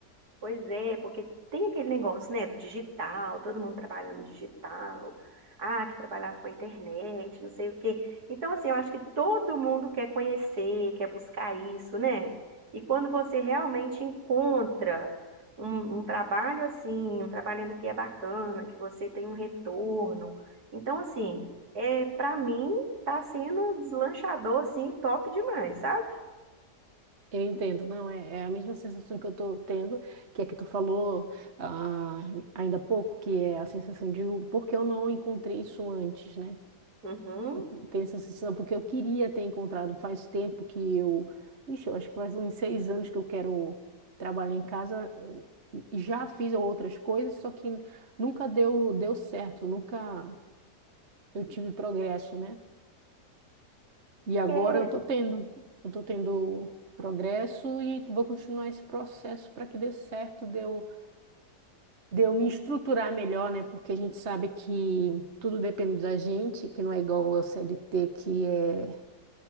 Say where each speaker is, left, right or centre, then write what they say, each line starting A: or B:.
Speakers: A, on the right; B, on the right.
A: pois é, porque tem aquele negócio, né, do digital, todo mundo trabalhando no digital, ah, que trabalhava com a internet, não sei o quê. Então, assim, eu acho que todo mundo quer conhecer, quer buscar isso, né? E quando você realmente encontra um, um trabalho assim, um trabalho ainda que é bacana, que você tem um retorno. Então, assim, é, para mim, tá sendo deslanchador, assim, top demais, sabe?
B: Eu entendo, não, é, é a mesma sensação que eu tô tendo, que é que tu falou ah, ainda há pouco, que é a sensação de o- por que eu não encontrei isso antes, né?
A: Uhum.
B: Eu tenho essa sensação porque eu queria ter encontrado faz tempo que eu, ixi, eu acho que faz uns seis anos que eu quero trabalhar em casa, eu já fiz outras coisas, só que nunca deu, deu certo, nunca eu tive progresso, né? E agora
A: É,
B: eu tô tendo, eu tô tendo progresso e vou continuar esse processo para que dê certo, de eu, de eu me estruturar melhor, né? Porque a gente sabe que tudo depende da gente, que não é igual ao CLT, que é